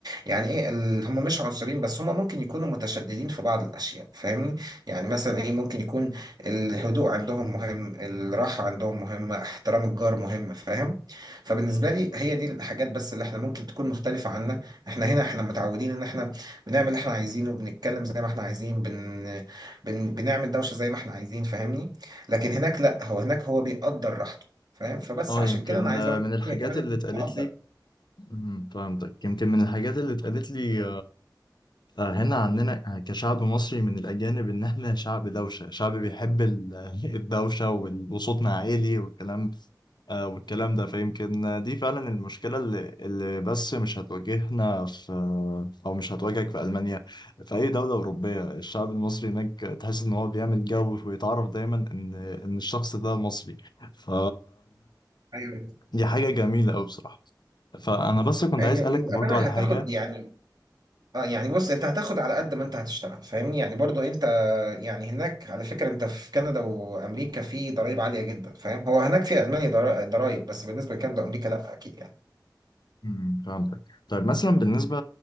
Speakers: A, on the right (about 60°); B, on the left (about 70°).
A: يعني ايه ال- هم مش عنصريين بس هم ممكن يكونوا متشددين في بعض الاشياء فاهمني يعني مثلا ايه ممكن يكون الهدوء عندهم مهم الراحه عندهم مهمه احترام الجار مهم فاهم فبالنسبه لي هي دي الحاجات بس اللي احنا ممكن تكون مختلفه عنا احنا هنا احنا متعودين ان احنا بنعمل اللي احنا عايزينه بنتكلم زي ما احنا عايزين بن... بن... بنعمل دوشه زي ما احنا عايزين فاهمني لكن هناك لا هو هناك هو بيقدر راحته فاهم فبس
B: اه
A: عشان
B: يمكن
A: كده انا عايز
B: آه،
A: اروح
B: من الحاجات
A: هي كمان
B: اللي اتقالت
A: بقدر
B: لي مهم، فهمتك يمكن من الحاجات اللي اتقالت لي هنا عندنا كشعب مصري من الأجانب إن إحنا شعب دوشة شعب بيحب ال- <laughs> الدوشة وال- وصوتنا عالي والكلام آه، والكلام ده فيمكن دي فعلا المشكلة اللي اللي بس مش هتواجهنا في أو مش هتواجهك في ألمانيا في أي دولة أوروبية الشعب المصري هناك تحس إن هو بيعمل جو ويتعرف دايما إن إن الشخص ده مصري ف
A: ايوه
B: دي <laughs> حاجة جميلة أوي بصراحة فأنا بس كنت
A: هي
B: عايز أسألك
A: للأمانة
B: برضو على
A: هتاخد
B: حاجة
A: يعني اه يعني بص انت هتاخد على قد ما انت هتشتغل فاهمني يعني برضو انت يعني هناك على فكرة انت في كندا وامريكا في ضرائب عالية جدا فاهم هو هناك في المانيا ضرا- ضرائب بس بالنسبة لكندا وامريكا لا اكيد يعني
B: امم فهمتك طيب مثلا بالنسبة